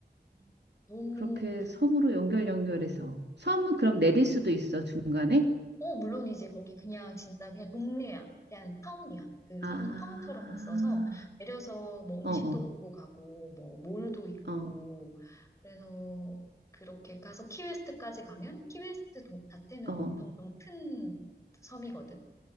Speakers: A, on the left; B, on the right.
A: 음. 너무
B: 그렇게 섬으로 연결 연결해서 섬은 그럼 내릴 수도 있어 중간에?
A: 어, 물론이지. 거기 그냥 진짜 그냥 동네야. 그냥 타운이야. 그
B: 아,
A: 섬이 타운처럼 있어서 내려서 뭐 음식도
B: 어, 어,
A: 먹고 가고 뭐 몰도 있고
B: 어,
A: 그래서 그렇게 가서 키웨스트까지 가면 키웨스트 도- 자체는
B: 어,
A: 엄청 좀 큰 섬이거든.